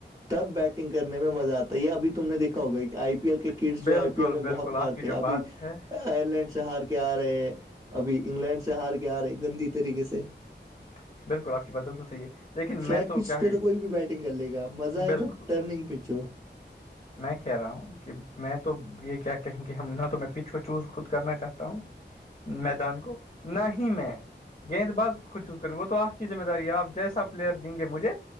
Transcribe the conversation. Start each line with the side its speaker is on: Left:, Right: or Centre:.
Right: تب بیٹنگ کرنے میں مزہ آتا یہ اب تم نے دیکا ہوگا کہ آئی پی ایل کے کڈس
Left: ہے بالکل
Right: جو آئی پی ایل میں
Left: بالکل
Right: بہت مارتےے
Left: آپ کی جو
Right: ابھی
Left: بات ہے
Right: آئرلینڈ سے ہار کے آ رہے ابھی انگلینڈ سے ہار کے آ رہے گندی طریقے سے
Left: عوو <unintelligible> <inaudible> بالکل آپ کی بات بالکل صحیح ہے لیکن
Right: فلیٹ
Left: میں تو
Right: پچ
Left: کیا ہے
Right: پہ کوئی بھی بیٹنگ کر لے گا مزہ ہے
Left: بالکل
Right: جب ٹرننگ پچ ہو
Left: میں کہہ رہا ہوں کہ میں تو یہ کیا کہیں گے ہم نہ تو میں پچو چوز خود کرنا چاہتا ہوں میدان کو نہ ہی میں گیند باز کو خود وہ تو آپ کی مہ داری ہے آپ جیسا پلیئ د گ مجھے